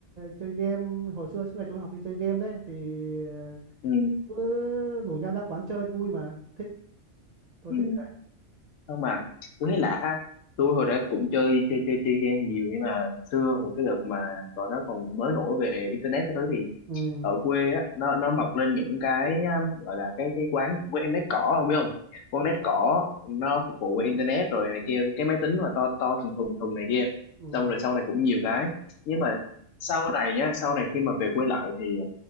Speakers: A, on the right; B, on the left.
A: chơi game hồi xưa suốt ngày trốn học đi chơi game đấy thì ờ,
B: ừ,
A: cứ rủ nhau ra quán chơi vui mà thích tôi
B: ừ.
A: thích
B: không mà tôi thấy lạ ha tôi hồi đó cũng chơi chơi chơi chơi game nhiều nhưng mà xưa hồi cái đợt mà còn nó còn mới nổi về internet cái thứ thì
A: ừ
B: ở quê á nó nó mọc lên những cái um, gọi là cái cái quán quán nét cỏ ông biết không quán
A: ừ
B: nét cỏ nó phục vụ qua internet rồi này kia cái máy tính mà to to thùng thùng thùng này kia
A: ừ
B: xong rồi sau này cũng nhiều cái nhưng mà sau này nhá sau này khi mà về quê lại thì à,